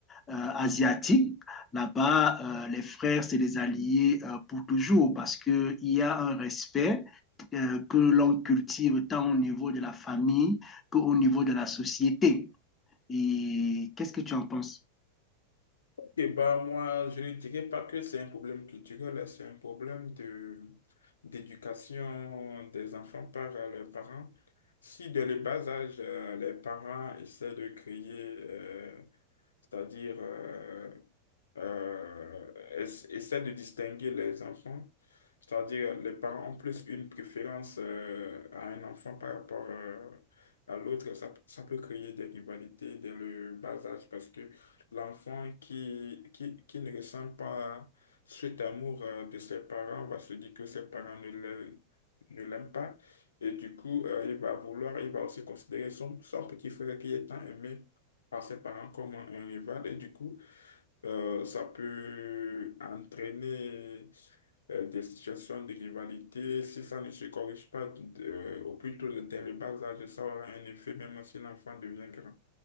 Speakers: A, on the left; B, on the left.
A: euh, asiatiques. Là-bas, euh, les frères, c'est des alliés euh, pour toujours parce qu'il y a un respect euh, que l'on cultive tant au niveau de la famille qu'au niveau de la société. Et qu'est-ce que tu en penses?
B: Et bah, moi, je ne dirais pas que c'est un problème culturel, hein, c'est un problème de d'éducation des enfants par euh, leurs parents. Si dès le bas âge, euh, les parents essaient de créer, euh, c'est-à-dire euh, euh, ess- essaie de distinguer les enfants. C'est-à-dire, les parents ont plus une préférence euh, à un enfant par rapport euh, à l'autre. Ça, ça peut créer des rivalités dès le bas âge parce que l'enfant qui, qui, qui ne ressent pas cet amour euh, de ses parents va se dire que ses parents ne le- ne l'aiment pas. Et du coup, euh, il va vouloir, il va aussi considérer son, son petit frère qui est tant aimé par ses parents comme un un rival. Et du coup, euh, ça peut entraîner euh, des situations de rivalité. Si ça ne se corrige pas de- de- au plus tôt dès le bas âge, ça aura un effet même si l'enfant devient grand.